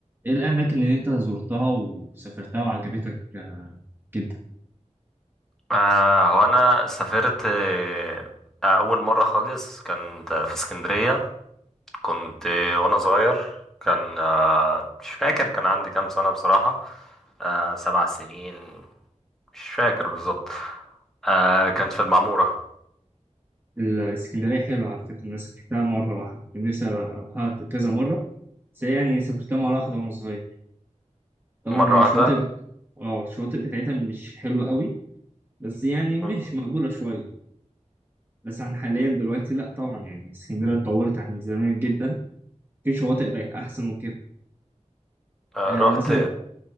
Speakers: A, on the right; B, in the centre.
A: ايه الاماكن اللي انت زرتها وسافرتها وعجبتك آه، جدا
B: آه هو انا سافرت آه اول مره خالص كانت في اسكندريه كنت آه وانا صغير كان آه مش فاكر كان عندي كام سنه بصراحه آه سبع سنين مش فاكر بالظبط آه كانت في المعموره
A: الاسكندريه حلوه على فكره انا سافرتها مره واحده كان نفسي اروحها كذا مره بس هي يعني سافرتها مره واحده وانا صغير طبعا
B: مره
A: هي
B: واحده
A: الشواطئ بت... اه الشواطئ بتاعتها مش حلوه قوي بس يعني مش
B: مم.
A: مقبوله شويه بس عن حاليا دلوقتي لا طبعا يعني اسكندريه اتطورت عن زمان جدا في شواطئ بقت احسن وكده
B: آه
A: آه
B: رحت
A: مثلا
B: آه